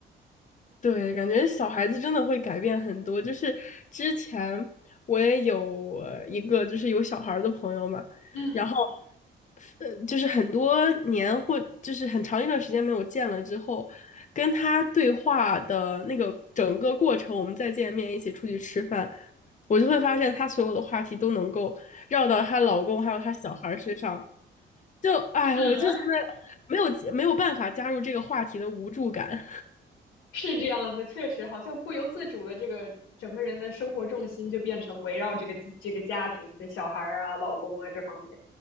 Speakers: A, on the left; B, on the left.
A: 对，感觉小孩子真的会改变很多。就是之前我也有呃一个就是有小孩儿的朋友嘛，
B: <laughs> 嗯，
A: 然后呃就是很多年或就是很长一段时间没有见了之后，跟他对话的那个整个过程，我们再见面一起出去吃饭，我就会发现他所有的话题都能够绕到她老公还有她小孩儿身上，就哎，
B: 是的。
A: 我就觉得没有没有办法加入这个话题的无助感。
B: 是这样子，确实好像不由自主的，这个整个人的生活重心就变成围绕这个这个家庭、这小孩儿啊、老公啊这方面。